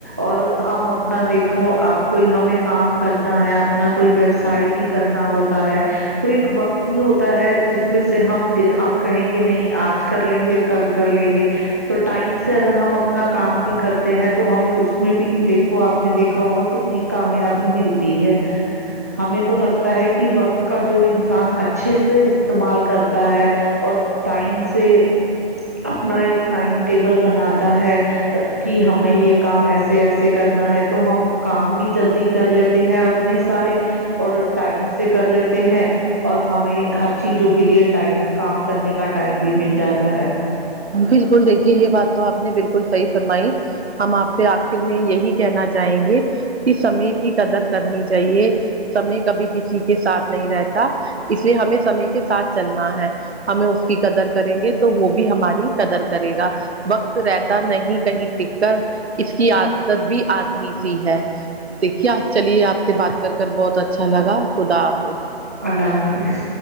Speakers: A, on the right; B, on the right.
A: اور ہم اپنا دیکھو اب کوئی ہمیں کام کرنا ہے اپنا کوئی ویوسائے بھی کرنا ہو پتا ہے تو ایک وقت ہی ہوتا ہے جس میں سے ہم ہم کہیں گے نہیں آج کر لیں گے کل کر لیں گے تو ٹائم سے اگر ہم اپنا کام بھی کرتے ہیں تو ہمیں اس اس میں بھی کہ دیکھو آپ نے دیکھا ہوگا کتنی کامیابی ملتی ہے ہمیں تو لگتا ہے کہ وقت کا جو جو انسان اچھے سے استعمال کرتا ہے اور ٹائم سے اپنا ایک ٹائم ٹیبل بناتا ہے کہ ہمیں یہ کام ایسے ایسے کرنا ہے تو ہم کام بھی جلدی کر لیتے ہیں اپنے سارے اور ٹائم سے کر لی تے ہیں اور ہمیں ہر چیزوں کے لیے ٹائم کام کرنے کا ٹائم بھی مل جاتا ہے
B: بلکل دیکھیے یہ بات تو آپ نے بلکل صحیح فرمائی ہم آپ سے آخر میں یہی کہنا چاہیں گے کہ سمے کی قدر کرنی چاہیے سمے کبھی کسی کے ساتھ نہیں رہتا اس لیے ہمیں سمے کے ساتھ چلنا ہے ہمیں اس کی قدر کریں گے تو وہ بھی ہماری قدر کرے گا وقت رہتا نہیں کہیں ٹک کر اس کی عادت بھی آدمی سی ہے دیکھے چلیے آپ سے بات کر کے بہت اچ اچھا لگا خدا حافظ
A: اللہ حافظ